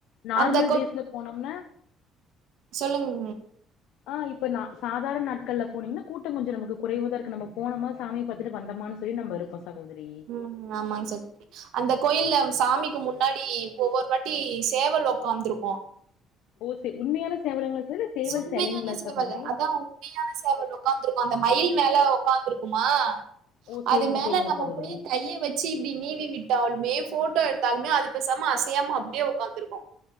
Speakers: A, on the left (about 80°); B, on the right (about 75°).
A: நார்மல்
B: அந்த
A: டேஸ்ல போனோம்னா
B: சொல்லுங்
A: ஆ இப்போ நா சாதாரண நாட்கள்ல போனிங்ன்னா கூட்டொ கொஞ்சொ நமக்கு குறைவதா இருக்கு நம்ம போனமா சாமி பாத்துட்டு வந்தோமான்னு சொல்லி நம்ம இருப்போ சகோதரி
B: ம் ஆமாங்க சகோதரி அந்த கோயில்ல சாமிக்கு முன்னாடி ஒவ்வொரு வாட்டி சேவல் ஒக்காந்துருக்கு
A: ஓ சே உண்மையான சேவலங்களா <unintelligible> இல்ல சேவல்
B: உண்மையான
A: செலைங்ளா
B: சேவல்
A: சாகோதரி
B: அதா உண்மையான சேவல் ஒக்காந்துருக்கு அந்த மயில் மேல ஒக்காந்துருக்குமா
A: ஓ சேரிங்க
B: அது மேல
A: சேரிங்க
B: நம்ம
A: சகோதரி
B: போய் கைய வச் சு இப்டி நீவி விட்டாலுமே ஃபோட்டோ எடுத்தாலுமே அது பேசாம அசையாம அப்டியே ஒக்காந்துருக்கு